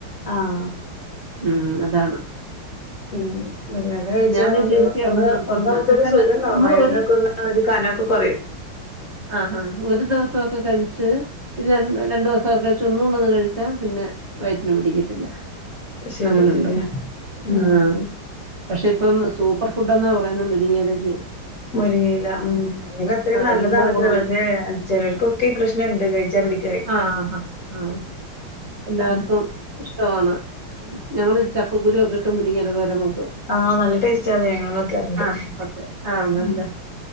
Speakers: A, on the left; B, on the right.
A: ആഹ്
B: ഉം അതാണ്
A: ഉം വല്ലാതെ കഴിച്ചാ
B: ഞാൻ
A: ഒരു
B: ശരിക്കുള്ള
A: ഒന്ന്
B: പ്രശ്നം
A: ഒന്ന് നമുക്കൊരു
B: ചില
A: സുഖണ്ടാവും
B: നമ്മൾ
A: വയറിനൊക്കൊന്ന്
B: ഒരു
A: ആഹ് ഒരു കനൊക്കെ കൊറയും
B: ആ ഹാ ഒരു ദിവസോക്കെ കഴിച്ച് പിന്നെ ര രണ്ടു ദിവസോക്കെ കഴിച്ച ഒന്നുടൊന്ന് കഴിച്ചാ പിന്നെ വയറ്റിന് പിടിക്കത്തില്ല
A: ശരിയാ
B: അങ്ങനുണ്ട്
A: ശരിയാ ഉം
B: ആഹ് പക്ഷേ ഇപ്പം സൂപ്പർ ഫുഡ് എന്നാ പറയുന്നത് മുരിങ്ങയിലക്ക്
A: മുരിങ്ങയില ഉം അതല്ലൊ അത്രയും നല്ലതാണത്ര
B: എല്ലാ ഗുണങ്ങളും
A: പക്ഷേ ചെലർക്കൊക്കെ ഈ പ്രശ്നംണ്ട് കഴിച്ചാ പിടി
B: ആഹ് ഹാ ആഹ് എല്ലാവർക്കും
A: ഉം
B: ഇഷ് ടമാണ് ഞങ്ങള് ചക്കക്കുരു യൊക്കെട്ട് മുരിങ്ങയില തോരൻ വെക്കും
A: ആഹ് നല്ല ടേസ്റ്റ് അത് ഞങ്ങളും വെക്കാറുണ്ട്
B: ആഹ് ഉം ഒക്കേ ആഹ് നല്ലേ
A: ഉം